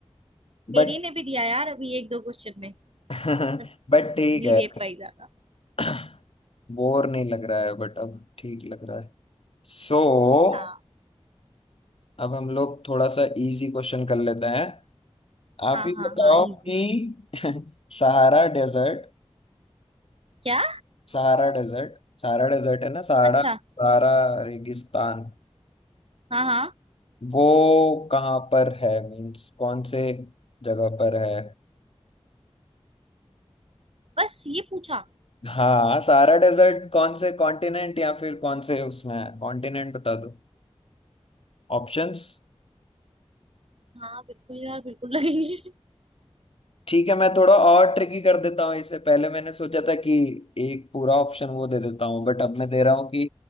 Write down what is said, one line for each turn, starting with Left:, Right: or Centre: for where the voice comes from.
Left: बट
Right: मेरी ने भी दिया यार अभी एक दो क्वेश्चन में
Left: <laughs>
Right: पर
Left: बट
Right: नहीं
Left: ठीक है
Right: दे पाई ज्यादा
Left: <clears throat> बोर नहीं लग रहा है बट अब ठीक लग रहा है सो
Right: हाँ
Left: so, अब हम लोग थोड़ा सा इजी क्वेश्चन कर लेते हैं आप
Right: हाँ
Left: ही
Right: हाँ
Left: बताओ
Right: हाँ इजी
Left: कि <laughs> सहारा desert
Right: क्या
Left: Sahara desert Sahara desert है ना सहारा
Right: अच्छा
Left: सहारा रेगिस्तान
Right: हाँ हाँ
Left: वो कहाँ पर है मीन्स कौन से जगह पर है
Right: बस ये पूछा
Left: हाँ सहारा डेजर्ट कौन से कॉन्टिनेंट या फिर कौन से उसमें है कॉन्टिनेंट बता दो ऑप्शंस
Right: हाँ बिल्कुल यार बिल्कुल लगेंगे
Left: ठीक है मैं थोड़ा और ट्रिकी कर देता हूँ इसे पहले मैंने सोचा था कि एक पूरा ऑप्शन वो दे देता हूँ बट अब मैं दे रहा हूँ कि